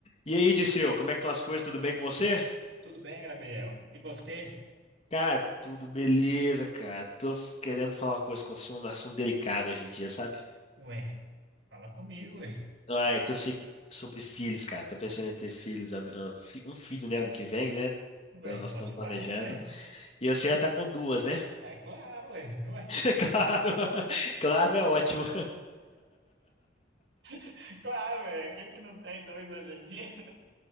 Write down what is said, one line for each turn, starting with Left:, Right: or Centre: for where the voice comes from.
Left: E aí, Disseu, como é que estão as coisas? Tudo bem com você?
Right: Tudo bem, Gabriel? E você?
Left: Cara, tudo beleza, cara. Tô f- querendo falar uma coisa com assu- um assunto delicado hoje em dia, sabe?
Right: Ué, fala comigo, ué.
Left: Ah, é que eu sei sobre filhos, cara. Tô pensando em ter filhos, ano- ah, fi- um filho, né, ano que vem, né?
Right: Ué,
Left: Então, nós
Right: bom
Left: estamos
Right: demais,
Left: planejando.
Right: ué.
Left: E você já tá com duas, né?
Right: É claro, ué. Ué,
Left: <laughs> Claro, claro,
Right: bom,
Left: é ótimo.
Right: <laughs> claro, ué. Quem que não tem dois hoje em dia? <laughs>